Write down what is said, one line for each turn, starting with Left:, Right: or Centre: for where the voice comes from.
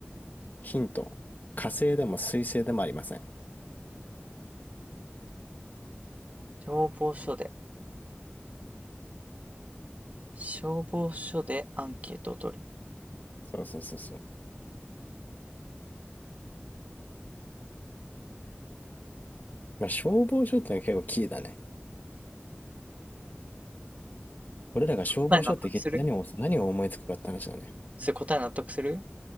Left: ヒント、火星でも水星でもありません。
Right: 消防署で、消防署でアンケートを取る。
Left: そうそうそうそう。まあ、消防署ってのは結構キーだね。俺らが消防署って聞いて何を、
Right: 答え納得する
Left: 何を思いつくかって話だね。
Right: それ答え納得する